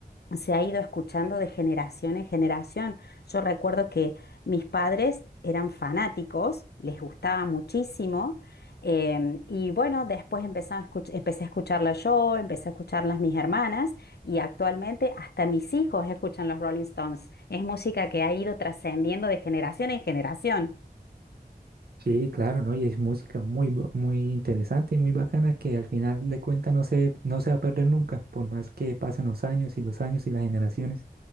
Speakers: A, on the left; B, on the right.
A: se ha ido escuchando de generación en generación. Yo recuerdo que mis padres eran fanáticos, les gustaba muchísimo. em, y bueno, después empezaba a escuch- empecé a escucharla yo, empecé a escucharlas mis hermanas. Y actualmente hasta mis hijos escuchan los Rolling Stones. Es música que ha ido trascendiendo de generación en generación.
B: Sí, claro, ¿no? Y es música muy, bu- muy interesante y muy bacana que al final de cuentas no se, no se va a perder nunca, por más que pasen los años y los años y las generaciones,